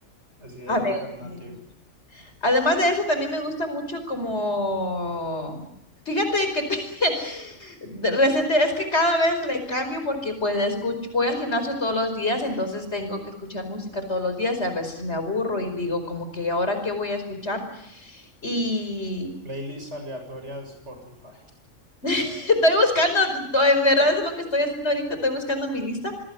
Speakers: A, on the right; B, on the left.
A: Así del
B: a
A: alternativo.
B: ver. Además de eso, también me gusta mucho como... Fíjate que te- <laughs> de reciente es que cada vez le cambio porque pues escucho, voy al gimnasio todos los días, entonces tengo que escuchar música todos los días y a veces me aburro y digo como que ahora qué voy a escuchar y
A: Playlist aleatoria de Spotify.
B: <laughs> estoy buscando, t- t- en verdad es lo que estoy haciendo ahorita, estoy buscando mi lista